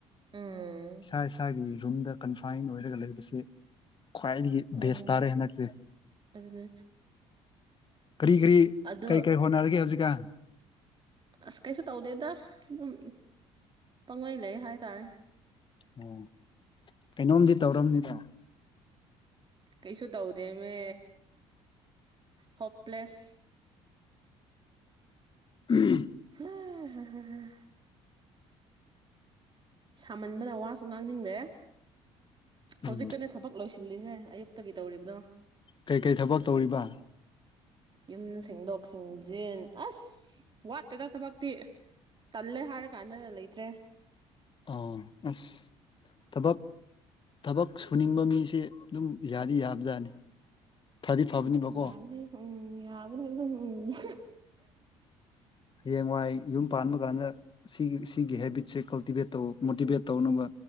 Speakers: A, on the right; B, on the left.
A: ꯎꯝ
B: ꯁꯥꯏ ꯁꯥꯏꯒꯤ ꯔꯨꯝꯝꯗ ꯀꯟꯐꯥꯏꯟ ꯑꯣꯏꯔꯒ ꯂꯩꯕꯁꯤ ꯀꯥꯏ
A: ꯑꯗꯨꯅꯦ
B: ꯦꯁ ꯇꯥꯔꯦꯅꯁꯦ
A: ꯑꯗꯨꯅꯦ
B: ꯀꯔꯤ ꯀꯔꯤ
A: ꯑꯗꯣ
B: ꯀꯔꯤ ꯀꯔꯤ ꯍꯣꯠꯅꯔꯒꯦ ꯍꯧꯖꯤꯛ <unintelligible>
A: ꯑꯁ ꯀꯩꯁꯨ ꯇꯧꯗꯦꯗ ꯑꯗꯨꯝ ꯄꯪꯉꯣꯏ ꯂꯩ ꯍꯥꯏꯇꯥꯔꯦ
B: ꯑꯣ ꯀꯩꯅꯣꯝꯗꯤ ꯇꯧꯔꯕꯝꯅꯤꯗ
A: ꯀꯩꯁꯨ ꯇꯧꯗꯦꯃꯦ ꯍꯣꯄꯂꯦꯁ
B: ꯎꯝ
A: ꯍ <unintelligible> ꯁꯥꯃꯟꯕꯗ ꯋꯥꯁꯨ ꯉꯥꯡꯅꯤꯡ ꯗꯦ ꯍꯧꯖꯤꯛꯀꯅꯦ
B: ꯎꯝ
A: ꯊꯕꯛ ꯂꯣꯏꯁꯤ ꯊꯤꯜꯂꯤꯁꯦ ꯑꯌꯨꯛꯇꯒꯤ ꯇꯧꯔꯤꯕꯗꯣ
B: ꯀꯩꯀꯩ ꯊꯕꯛ ꯇꯧꯔꯤꯕ
A: ꯌꯨꯝ ꯁꯦꯡꯗꯣꯛ ꯁꯦꯡꯖꯤꯟ ꯑꯁ ꯋꯥꯠꯇꯦꯗ ꯊꯕꯛꯇꯤ ꯇꯜꯦ ꯍꯥꯥ ꯀꯥꯟꯗꯅ ꯂꯩꯇ꯭ꯔꯦ
B: ꯑ ꯑꯁ ꯊꯕꯛ ꯊꯕꯛ ꯁꯨꯅꯤꯡꯕ ꯃꯤꯁꯦ ꯑꯗꯨꯝ ꯌꯥꯗꯤ ꯌꯥꯕꯖꯥꯠꯅꯤ ꯐꯗꯤ ꯐꯕꯅꯤꯕꯀꯣ
A: ꯌꯥꯕꯅꯤ ꯎꯝ ꯌꯥꯕꯅꯤ ꯎꯝ <inaudible>
B: ꯍꯌꯦꯡꯋꯥꯏ ꯌꯨꯝ ꯄꯥꯟꯕ ꯀꯥꯟꯗ ꯁꯤꯒꯤ ꯁꯤꯒꯤ ꯍꯦꯕꯤꯠꯁꯦ ꯀꯜꯇꯤꯚꯦꯠ ꯇꯧ ꯃꯣꯇꯤꯚꯦꯠ ꯇꯧꯅꯕ